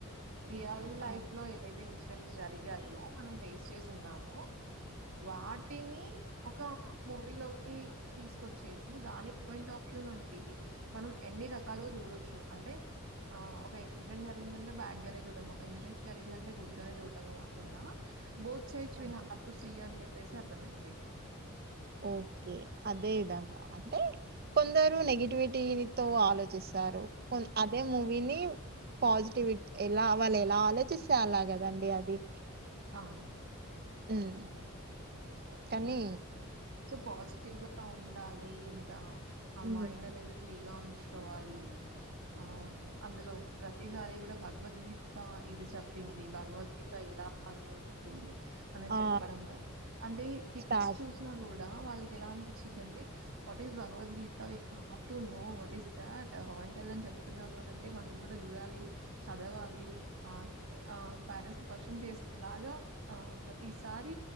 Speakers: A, on the right; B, on the right.
A: రియల్ లైఫ్
B: ఆ
A: లో ఏవైతే ఉస్ జన్స్ జరిగాయో మనం ఫేస్ చేసి ఉన్నాము వాటిని ఒక మూవీలోకి తీసుకొచ్చేసి దాని పాయింట్ ఆఫ్ వ్యూ నుండి మనం ఎన్ని రకాలుగా చూడొచ్చు అంటే ఆ ఒక ఇన్సిడెంట్ జరిగిందంటే బ్యాడ్ గానే చూడము ఒక ఇన్సిడెంట్ జరిగిందంటే గుడ్ గానే చూడ్డము కాకుండా both sides we
B: okay
A: have up to see అని చెప్పి వేసి అర్థమైంది
B: ఓకే అదే విధంగా అంటే కొందరు నెగిటివిటీ తో ఆలోచిస్తారు కొం అదే మూవీని పాజిటివి ఎలా వాళ్ళు ఎలా ఆలోచిస్తే అలాగదండి అది
A: అవును
B: హ్మ్ కనీ
A: సో పాజిటివ్ గా ఉండాలి ఇం కా ఆ
B: ఉమ్
A: మైండ్ అనేది అనేది ఫ్రీగా ఉం చ్ కోవాలి ఆ అందులో ప్రతిసారి కూడా భగవద్గీత ఇది చెప్పింది భగవద్గీత ఇలా అందుముందు చెప్పింది అని
B: ఆ
A: చెప్పడము అంటే కిడ్స్
B: స్టార్ట్
A: చూస్ కూడా వాళ్ళకి ఎలా అనిపించిది అంటడి what is Bhagavad Gita we have to know what is that Pawan Kalyan చెప్తున్నాడు అనింటే మనం కూడా చూడాలి చదవాలి అని ఆ పేరెంట్స్ ని క్వశ్చన్ చేసేలాగా ఆ ప్రతిసారి